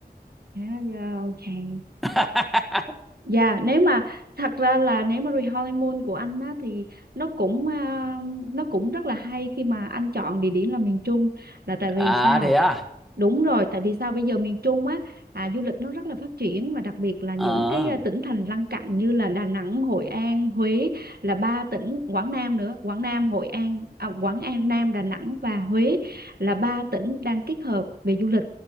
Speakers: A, on the right (about 70°); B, in the centre.
A: Yeah, yeah, okay.
B: <laughs>
A: Dạ, nếu mà thật ra là nếu mà re- honeymoon của anh á thì nó cũng à, nó cũng rất là hay khi mà anh chọn địa điểm là miền Trung là tại vì
B: À
A: sao?
B: thế à?
A: Đúng rồi, tại vì sao bây giờ miền Trung á à, du lịch nó rất là phát triển và đặc biệt là những
B: Ờ,
A: cái à, tỉnh thành lân cận như là Đà Nẵng, Hội An, Huế là ba tỉnh Quảng Nam nữa, Quảng Nam, Hội An, à, Quảng An, Nam, Đà Nẵng và Huế là ba tỉnh đang kết hợp về du lịch